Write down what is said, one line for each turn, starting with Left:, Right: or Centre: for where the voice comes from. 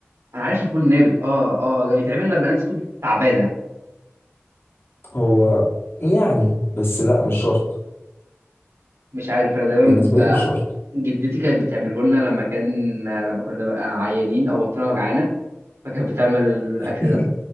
Right: انا عارف الفول النابت اه اه ده بيتعمل لما الناس تكون تعبانه
Left: هو يعني بس لا مش شرط
Right: مش عارف انا دايما
Left: بالنسبه
Right: ب...
Left: لي مش شرط
Right: جدتي كانت بتعمله لنا لما كان لما كنا بقى عيانين او بطننا وجعانه فكانت بتعمل الاكل
Left: <laughs>
Right: ده